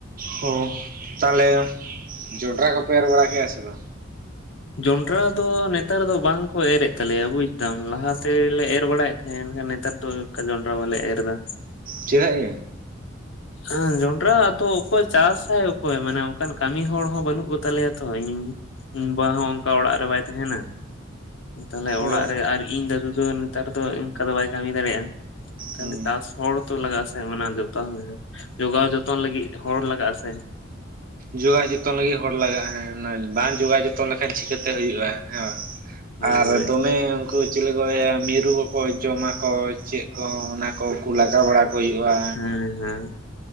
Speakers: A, on the right; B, on the left.
A: ᱦᱚ ᱛᱟᱦᱞᱮ ᱡᱚᱸᱰᱨᱟ ᱠᱚᱯᱮ ᱮᱨ ᱵᱟᱲᱟ ᱠᱮᱜᱼᱟ ᱥᱮ ᱵᱟᱝ
B: ᱡᱚᱱᱰᱨᱟ ᱫᱚ ᱱᱮᱛᱟᱨ ᱫᱚ ᱵᱟᱝᱠᱚ ᱮᱨᱮᱫ ᱛᱟᱞᱮᱭᱟ ᱵᱩᱡ ᱫᱟᱢ ᱞᱟᱦᱟ ᱛᱮᱞᱮ ᱮᱨ ᱵᱟᱲᱟᱭᱮᱫ ᱮᱱᱠᱷᱟᱱ ᱱᱮᱛᱟᱨ ᱫᱚ ᱡᱚᱸᱰᱨᱟ ᱵᱟᱞᱮ ᱮᱨ ᱫᱟ
A: ᱪᱮᱫᱟᱜ ᱭᱟ
B: ᱮᱸ ᱡᱚᱸᱰᱨᱟ ᱟᱫᱚ ᱚᱠᱚᱭ ᱪᱟᱥ ᱟᱭ ᱚᱠᱚᱭ ᱢᱟᱱᱮ ᱚᱝᱠᱟᱱ ᱠᱟᱹᱢᱤ ᱦᱚᱲ ᱦᱚᱸ ᱵᱟᱹᱱᱩᱜ ᱠᱚᱛᱟᱞᱮᱭᱟ ᱛᱚ ᱤᱧ ᱤᱧ ᱵᱟ ᱦᱚᱸ ᱚᱝᱠᱟ ᱚᱲᱟᱜ ᱨᱮ ᱵᱟᱭ ᱛᱟᱦᱮᱱᱟ ᱛᱟᱦᱞᱮ ᱚᱲᱟᱜ
A: ᱚ
B: ᱨᱮ ᱟᱨ ᱤᱧ ᱫᱟᱫᱩ ᱫᱚ ᱱᱮᱛᱟᱨ ᱫᱚ ᱮᱝᱠᱟ ᱫᱚ ᱵᱟᱭ ᱠᱟᱹᱢᱤ ᱫᱟᱲᱮᱟ ᱛᱟᱦᱞᱮ
A: ᱦᱩᱸ
B: ᱪᱟᱥ ᱦᱚᱲ ᱛᱚ ᱞᱟᱜᱟ ᱟᱥᱮ ᱚᱱᱟ ᱡᱛᱟ ᱡᱚᱜᱟᱣ ᱡᱚᱛᱚᱱ ᱞᱟᱹᱜᱤᱫ ᱦᱚᱲ ᱞᱟᱜᱟ ᱟ ᱥᱮ
A: ᱡᱚᱜᱟᱣ ᱡᱚᱛᱚᱱ ᱞᱟᱹᱜᱤᱫ ᱦᱚᱲ ᱞᱟᱜᱟᱜᱼᱟ ᱦᱮᱸ ᱚᱱᱟ ᱵᱟᱝ ᱡᱚᱜᱟᱣ ᱡᱚᱛᱚᱱ ᱞᱮᱠᱷᱟᱱ ᱪᱤᱠᱟᱹᱛᱮ ᱦᱩᱭᱩᱜᱼᱟ ᱦᱮᱸ ᱵᱟᱝ
B: ᱦᱳᱭ
A: ᱟᱨ
B: ᱦᱳᱭ
A: ᱫᱚᱢᱮ ᱠᱩ ᱪᱤᱞᱤ ᱠᱚ ᱢᱤᱨᱩ ᱠᱚᱠᱚ ᱡᱚᱢᱟᱠᱚ ᱪᱮᱫ ᱠᱚ ᱚᱱᱟ ᱠᱚ ᱠᱩ ᱞᱟᱜᱟ ᱵᱟᱲᱟ ᱦᱩᱭᱩᱟ
B: ᱦᱮᱸ ᱦᱮᱸ